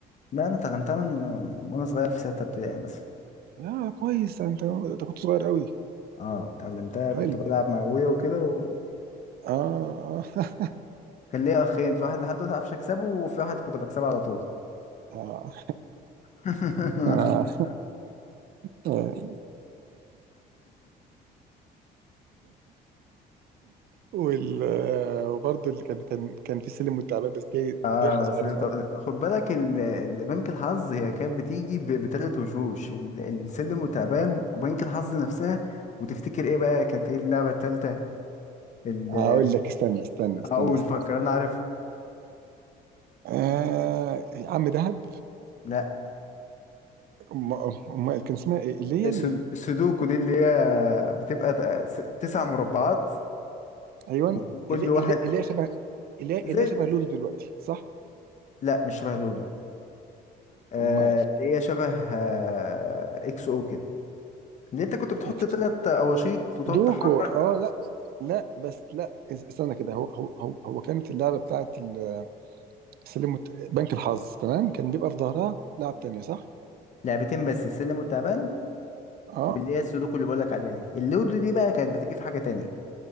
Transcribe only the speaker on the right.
اه كويس انت انت كنت صغير قوي
حلو
اه اه <laughs>
اه
<laughs> آه. <laughs> آه. وال وبرضه اللي كان كان كان في سلم والتعبان بس دي
دي احنا صغيرين
قوي
هقول لك استنى استنى استنى,
استنى.
آه عم دهب
ام ام أم- كان اسمها ايه اللي هي
ال...
ايوه
اللي
اللي اللي هي شبه اللي هي اللي
هي
شبه لودو دلوقتي صح
امال
إكس-
دوكو
اه لا لا بس لا اس- استنى كده هو هو هو هو كانت اللعبه بتاعت ال- السلم وت- بنك الحظ تمام كان بيبقى في ظهرها لعب تانية صح
اه